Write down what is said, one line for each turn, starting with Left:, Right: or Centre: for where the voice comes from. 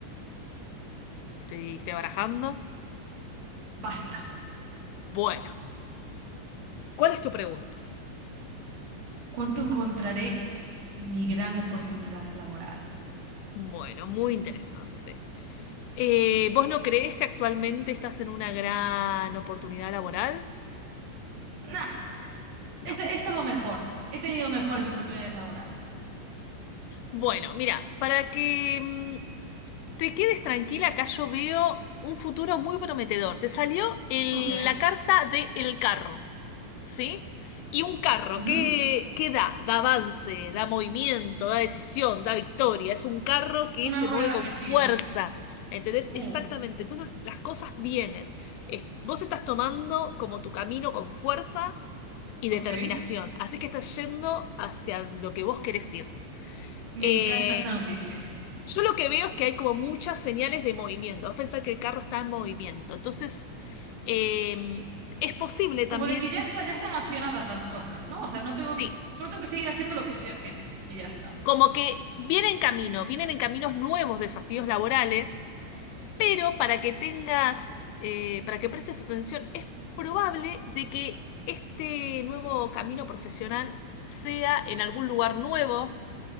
Left: estoy, estoy abarajando.
Right: basta.
Left: Bueno, ¿cuál es tu pregunta?
Right: ¿Cuánto encontraré mi gran oportunidad laboral?
Left: Bueno, muy interesante. Eh, ¿vos no creés que actualmente estás en una gran oportunidad laboral?
Right: Nah,
Left: No.
Right: este- he estado mejor. He tenido mejores oportunidades laborales.
Left: Bueno, mira, para que mm, te quedes tranquila, acá yo veo un futuro muy prometedor. Te salió el-
Right: Ok.
Left: la carta de el carro, ¿sí? Y un carro,
Right: ujú.
Left: ¿qué, qué da? Da avance, da movimiento, da decisión, da victoria. Es un carro que
Right: Una
Left: se
Right: rueda
Left: mueve con
Right: que
Left: fuerza.
Right: gira.
Left: ¿Entendés?
Right: Uh,
Left: Exactamente. Entonces las cosas vienen. Es- vos estás tomando como tu camino con fuerza y determinación.
Right: ok.
Left: Así que estás yendo hacia lo que vos querés ir. Eh,
Right: Me encanta esta noticia.
Left: yo lo que veo es que hay como muchas señales de movimiento. Vos pensás que el carro está en movimiento. Entonces, eh, es posible también,
Right: Como de que ya está, ya están accionadas las cosas, ¿no? O sea, no tengo,
Left: sí,
Right: solo tengo que seguir haciendo lo que estoy haciendo y ya está.
Left: como que vienen en camino, vienen en caminos nuevos desafíos laborales,
Right: Ok.
Left: pero para que tengas, eh, para que prestes atención, es probable de que este nuevo camino profesional sea en algún lugar nuevo